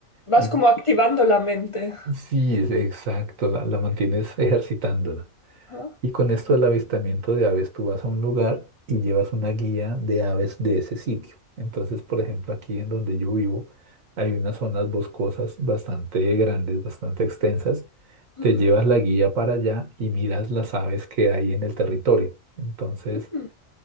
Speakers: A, on the left; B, on the right.
A: Vas
B: y
A: como activando la mente.
B: sí, es exacto, la, la mantienes ejercitándola.
A: Ajá.
B: Y con esto del avistamiento de aves, tú vas a un lugar y llevas una guía de aves de ese sitio. Entonces, por ejemplo, aquí en donde yo vivo, hay unas zonas boscosas bastante grandes, bastante extensas.
A: Ujú.
B: Te llevas la guía para allá y miras las aves que hay en el territorio. Entonces,
A: Ujú.